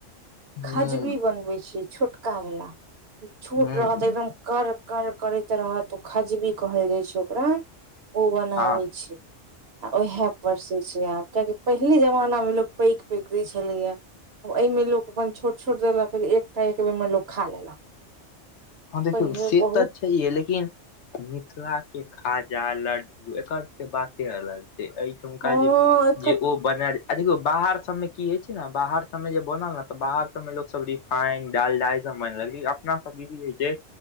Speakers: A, on the left; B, on the right.
A: जेतै
B: खजबी
A: हूँ
B: बनबै छियै छोट छोटका वला छोट
A: हूँ
B: रहत
A: हूँ
B: एकदम कर कर करैत रहत ओ खजबी कहल जाय छैय ओकरा ओ बनाबे
A: हँ
B: छैय। आ उएह परसै छैय आब किआकि पहिले जमाना मे लोक पैघ-पैघ दै छेलैया एहिमे लोक अपन छोट -छोट देलक एकटा एक बेरमे लोक खा लेलक।
A: हँ देखियौ
B: पहिले
A: से
B: बहुत
A: तऽ छैहे। लेकिन मिथिला के खाजा, लड्डू एकर सबके बाते अलग छै। अय ठुमका
B: हँ
A: जे-जे
B: एकर
A: ओ बनैर आ देखियौ बाहर सब मे की होय छै ने बाहर सब मे जे बनल ने त बाहर सब में लोक सब रि- फाइंड, डालडा ई सब मैन रल छै अपना सब दिस की होय छैय